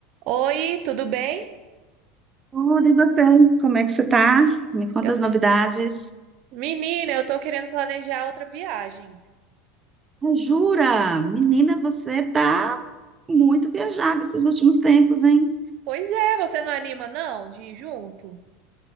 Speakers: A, on the right (about 60°); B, on the right (about 25°).
A: Oi, tudo bem?
B: Tudo, e você? Como é que você tá? Me conta
A: Eu-
B: as novidades.
A: Menina, eu tô querendo planejar outra viagem.
B: Ah, Jura? Menina, você tá muito viajada esses últimos tempos, hein?
A: Pois é, você não anima não de ir junto?